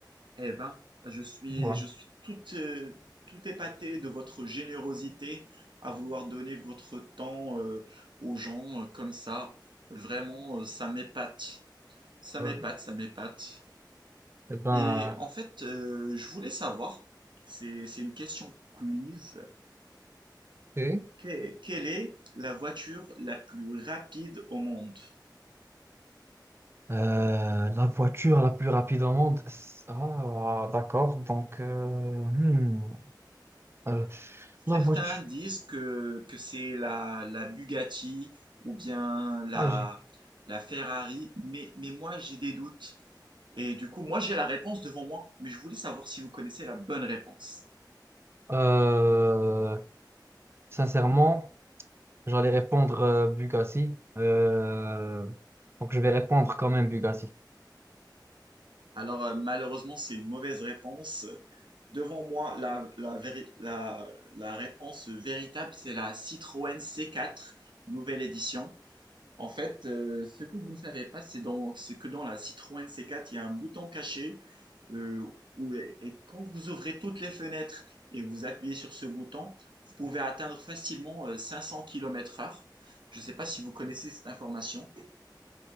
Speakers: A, on the right; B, on the right.
A: Eh ben, je suis,
B: Voilà.
A: je suis tout, euh, tout épaté de votre générosité à vouloir donner votre temps euh, aux gens euh, comme ça. Vraiment, euh, ça m'épate. Ça m'épate,
B: Euh,
A: ça m'épate.
B: eh ben,
A: Et en fait, euh, je voulais savoir, c'est, c'est une question quiz,
B: OK.
A: que- quelle est la voiture la plus rapide au monde?
B: Euh, la voiture la plus rapide au monde. Ah, d'accord. Donc, euh, hmm. Euh, la
A: Certains
B: voiture.
A: disent que, que c'est la, la Bugatti ou bien la,
B: Ah, j'ai-
A: la Ferrari, mais, mais moi j'ai des doutes. Et du coup, moi j'ai la réponse devant moi, mais je voulais savoir si vous connaissez la bonne réponse.
B: Euh, sincèrement, j'allais répondre euh, Bugatti. Euh, donc, je vais répondre quand même Bugatti.
A: Alors euh, malheureusement, c'est une mauvaise réponse. Devant moi, la, la, véri- la, la réponse véritable, c'est la Citroën C4, nouvelle édition. En fait, euh, ce que vous ne savez pas, c'est dans- c'est que dans la Citroën C4, il y a un bouton caché euh, où- et quand vous ouvrez toutes les fenêtres et vous appuyez sur ce bouton, vous pouvez atteindre facilement euh, 500 km/h. Je ne sais pas si vous connaissez cette information.